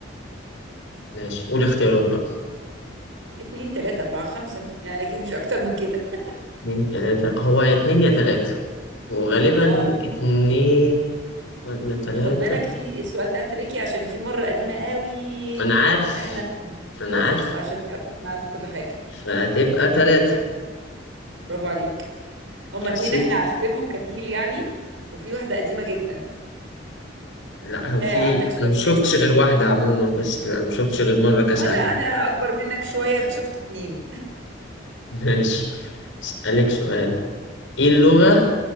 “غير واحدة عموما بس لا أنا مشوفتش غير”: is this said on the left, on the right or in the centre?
Left